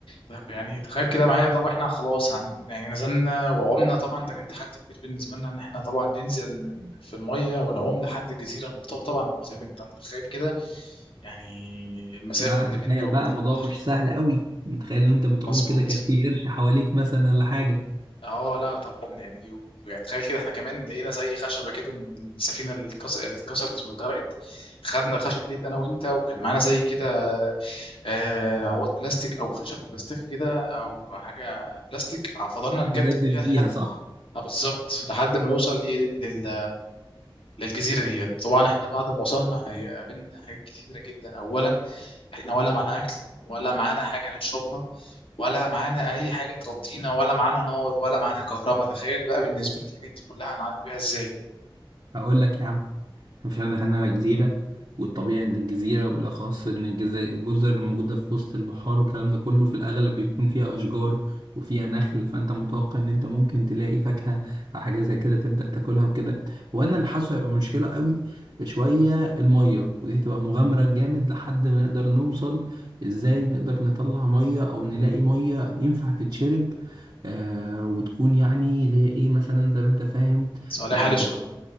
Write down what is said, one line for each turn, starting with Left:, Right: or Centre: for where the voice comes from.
Left: طب يعني تخيل كده معايا طب احنا خلاص هن... يعني نزلنا وعمنا طبعا ده كان تحدي كبير بالنسبه لنا ان احنا طبعا ننزل في الميه ونعوم لحد الجزيره المتوسطه طبعا متعب انت متخيل كده يعني المسافه
Right: لا
Left: اللي
Right: تخيل
Left: بيننا وبين
Right: بقى الموضوع
Left: البحر
Right: مش سهل قوي متخيل لو أنت بتعوم
Left: مظبوط
Right: كده كان في قرش حواليك مثلا ولا حاجة
Left: اه لا طبعا يعني و- يعني تخيل كده احنا كمان لقينا زي خشبه كده من السفينه اللي اتكس- اللي اتكسرت واتغرقت خدنا الخشبه ديت انا وانت وكان معانا زي كده آه، عواد بلاستيك او خشب بلاستيك كده او حاجه بلاستيك فضلنا نجدف
Right: تجدف
Left: فيها
Right: بيها
Left: لحد
Right: صح؟
Left: آه، بالظبط لحد ما نوصل ايه لل... للجزيره ديت طبعا احنا بعد ما وصلنا هيقابلنا حاجات كتيره جدا اولا احنا ولا معانا اكل ولا معانا حاجه نشربها ولا معانا اي حاجه تغطينا ولا معانا نار ولا معانا كهرباء تخيل بقى بالنسبه للحاجات دي كلها هنعدي بيها ازاي
Right: هقول لك يا عم مش احنا دخلنا على جزيرة والطبيعي ان الجزيرة بالاخص ان الجزي- الجزر الموجودة في وسط البحار والكلام ده كله في الاغلب بيكون فيها اشجار وفيها نخل فانت متوقع ان انت ممكن تلاقي فاكهة او حاجة زي كده تبدأ تاكلها وكده وانا اللي حاسه هيبقى مشكلة قوي شوية المية ودي هتبقى مغامرة جامد لحد ما نقدر نوصل ازاي نقدر نطلع مية او نلاقي مية ينفع تتشرب آه وتكون يعني اللي هي ايه مثلا زي ما انت فاهم
Left: صالح
Right: يعني
Left: حال
Right: تبقى
Left: الشرب